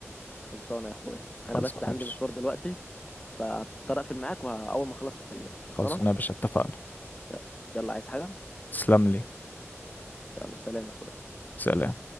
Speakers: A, on the left; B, on the left.
A: خلصانه يا اخويا انا
B: خلصانه
A: بس عندي
B: يا باشا
A: مشوار دلوقتي فهضطر اقفل معاك واول ما اخلص اكلمك خلصانه
B: خلصانه يا باشا اتفقنا
A: يلا يلا، عايز حاجه
B: تسلم لي
A: يلا سلام يا اخويا
B: سلام